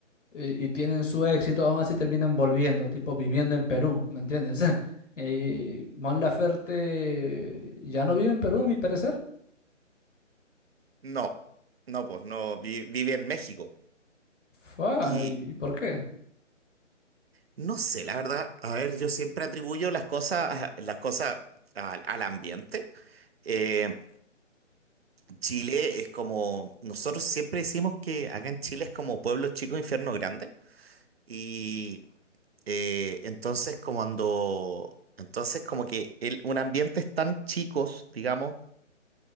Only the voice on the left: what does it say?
Y, y tienen su éxito, aún así terminan volviendo, tipo viviendo en Perú, ¿me entiendes? <laughs> Y Mon Laferte ya no vive en Perú, a mi parecer.
Fua,
¿y y por qué?